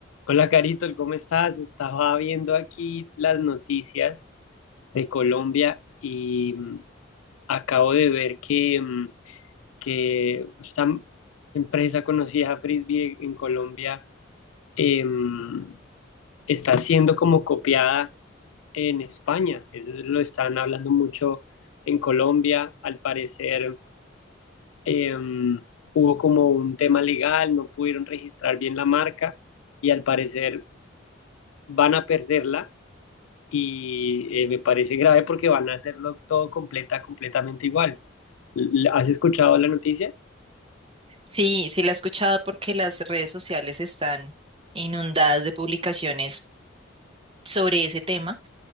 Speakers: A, on the left; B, on the right.
A: Hola Carito, ¿cómo estás? Estaba viendo aquí las noticias de Colombia y mm, acabo de ver que, mm, que esta empresa conocida Frisbee en Colombia em, está siendo como copiada en España. Eso lo están hablando mucho en Colombia. Al parecer em, hubo como un tema legal, no pudieron registrar bien la marca y al parecer van a perderla y eh, me parece grave porque van a hacerlo todo completa, completamente igual. L- ¿Has escuchado la noticia?
B: Sí, sí la he escuchado porque las redes sociales están inundadas de publicaciones sobre ese tema